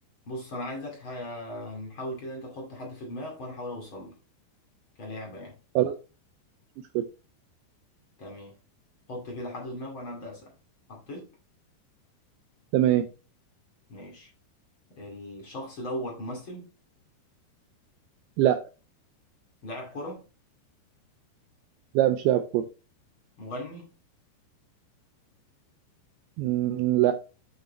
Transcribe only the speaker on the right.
خلاص مش مشكلة
تمام
لا
لا مش لاعب كورة
مم، لا